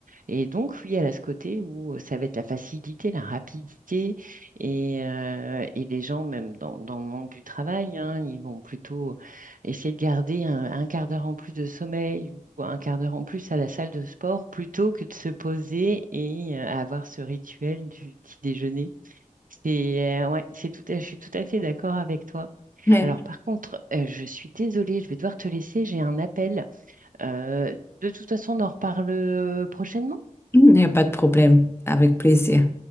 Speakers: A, on the right; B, on the left.
A: Et donc, oui, elle a ce côté où ça va être la facilité, la rapidité, et, euh, et les gens, même dans, dans le monde du travail, hein, ils vont plutôt essayer de garder un, un quart d'heure en plus de sommeil ou un quart d'heure en plus à la salle de sport plutôt que de se poser et euh, avoir ce rituel du petit déjeuner. C'est, euh, ouais, c'est tout à- je suis tout à fait d'accord avec toi.
B: Mais
A: Alors, par contre, euh, je suis désolée, je vais devoir te laisser, j'ai un appel. Euh, de toute façon, on en reparle euh, prochainement.
B: Il n'y a pas de problème, avec plaisir.